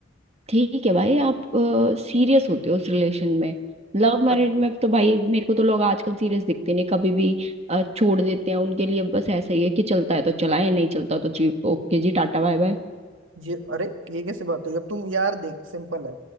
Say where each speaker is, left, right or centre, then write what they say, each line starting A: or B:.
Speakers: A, on the right (about 35°); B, on the right (about 85°).
A: ठीक है भाई आप सीरियस होते हो उस रिलेशन में लव मैरिज
B: अ-
A: में तो भाई मेरे को तो लोग आजकल सीरियस दिखते नहीं कभी भी अ, छोड़ देते हैं उनके लिए बस ऐसा ही है कि चलता है तो चलाए नहीं चलता तो जी ओके जी टाटा बाय बाय
B: ये अरे ये कैसे बात हुई अब तुम यार देख सिंपल है